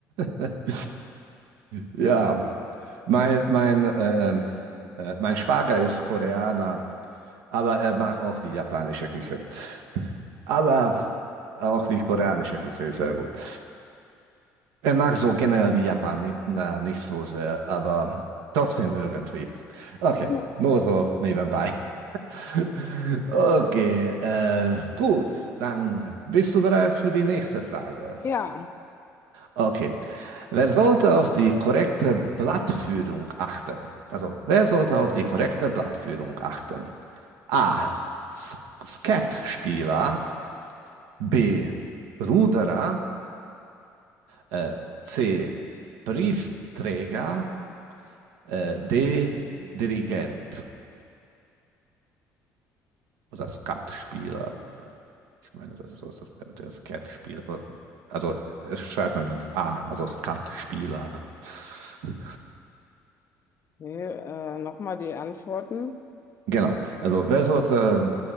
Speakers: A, on the right; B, on the left.
A: <laughs> Ja, mein, mein, ähm, äh, mein Schwager ist Koreaner, aber er mag auch die japanische Küche. Aber auch die koreanische Küche ist sehr gut. Er mag so generell die Japaner nicht so sehr, aber trotzdem irgendwie. Okay,
B: Mhm.
A: nur so nebenbei. <laughs> Okay, äh, gut, dann bist du bereit für die nächste Frage.
B: Ja,
A: Okay, wer sollte auf die korrekte Blattführung achten? Also, wer sollte auf die korrekte Blattführung achten? A. S- Skatspieler, B. Ruderer, äh, C. Briefträger Äh, D, Dirigent oder Skatspieler. Ich meine, das ist so, so der Skatspieler. Also es schreibt man mit A, also Skatspieler. <laughs>
B: nee, äh, nochmal die Antworten.
A: genau. Also wer sollte